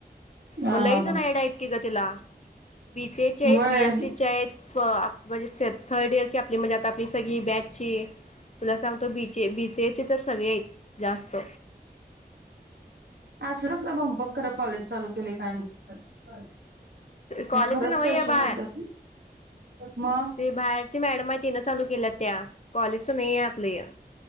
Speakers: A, on the right (about 85°); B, on the left (about 45°).
A: हा
B: मग लईच
A: हा
B: जण
A: हा
B: ऍड आहे की ग तिला, बी सी एच आहेत.
A: होय
B: बी एस सीच आहेत फ म्हणजे थर्ड इयरची, आपली म्हणजे आता आपली सगळी बॅची, तुला सांगतो बीचे बी सी एचे तर सगळे आहेत जास्त.
A: असल कसलं, भमपक खरं कॉलेज चालू केले काय माहित. त्यांना
B: कॉलेज
A: खरंच
B: नव
A: पैसे
B: हे बाळ,
A: मिळतात मग
B: ते बाहेरची मॅडम आहे तिन चालू केल्या त्या, कॉलेजच नाही आहे आपलं या